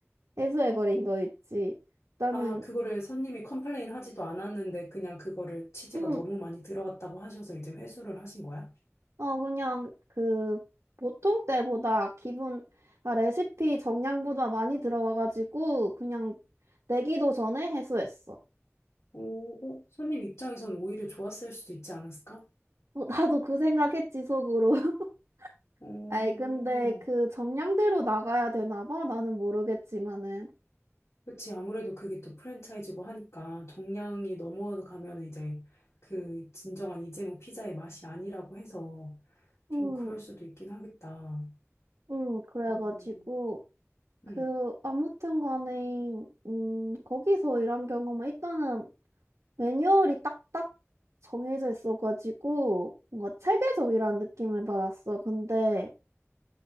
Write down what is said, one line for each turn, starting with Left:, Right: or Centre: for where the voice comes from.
Right: 해소해버린 거 있지. 나는
Left: 아, 그거를 손님이 컴플레인 하지도 않았는데 그냥 그거를 치즈가
Right: 음,
Left: 너무 많이 들어갔다고 하셔서 이제 회수를 하신 거야?
Right: 어 그냥 그 보통 때보다 기본 아, 레시피 정량보다 많이 들어가가지고 그냥 내기도 전에 해소했어.
Left: 오, 어, 손님 입장에선 오히려 좋았을 수도 있지 않았을까?
Right: 어, <laughs> 나도 그 생각했지 속으로. <laughs>
Left: 오,
Right: 아이 근데 그 정량대로 나가야 되나 봐. 나는 모르겠지만은.
Left: 그치. 아무래도 그게 또 프랜차이즈고 하니까 정량이 넘어가면 이제 그 진정한 이제 뭐 피자의 맛이 아니라고 해서
Right: 음.
Left: 좀 그럴 수도 있긴 하겠다.
Right: 응, 그래가지고,
Left: 음,
Right: 그,
Left: 음.
Right: 아무튼 간에, 음, 거기서 일한 경험은 일단은 매뉴얼이 딱딱 정해져 있어가지고, 뭔가 체계적이라는 느낌을 받았어. 근데,